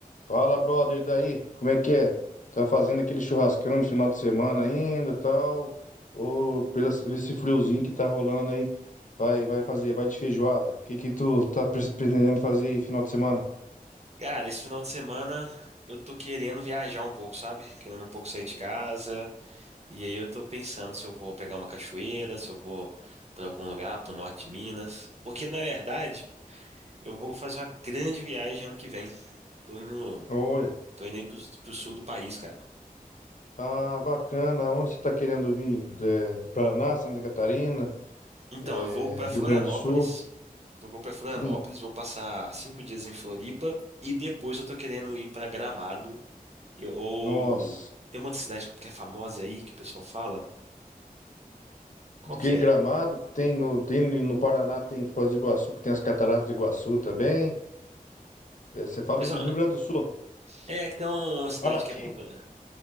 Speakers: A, on the left; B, on the right.
A: Fala, brother, e daí? Como é que é? Tá fazendo aquele churrascão de final de semana ainda, tal? Ou pelo esse friozinho que tá rolando aí, vai, vai fazer, vai de feijoada? O que que tu tá pre- pretendendo fazer aí final de semana?
B: Cara, esse final de semana eu tô querendo viajar um pouco, sabe? Querendo um pouco sair de casa. E aí eu tô pensando se eu vou pegar uma cachoeira, se eu vou pra algum lugar, pro norte de Minas. Porque na verdade, eu vou fazer uma grande viagem ano que vem. Tô indo,
A: Olha,
B: tô indo aí pro, pro sul do país, cara.
A: ah, bacana. Onde você tá querendo vir? É, Paraná, Santa Catarina,
B: Então,
A: é,
B: eu vou pra Florianópolis.
A: Rio Grande do Sul?
B: Eu vou pra Florianópolis,
A: Sim.
B: vou passar cinco dias em Floripa. E depois eu tô querendo ir pra Gramado. Eu- ou
A: Nossa.
B: tem uma outra cidade que é famosa aí que o pessoal fala. Qual que
A: Tem
B: é?
A: Gramado, tem no, tem no no Paraná, tem Foz do Iguaçu, que tem as Cataratas do Iguaçu também. É, Você fala
B: Mas
A: no
B: ó,
A: Rio Grande do Sul.
B: é que tem uma cidade
A: Paraty?
B: que é bom pra,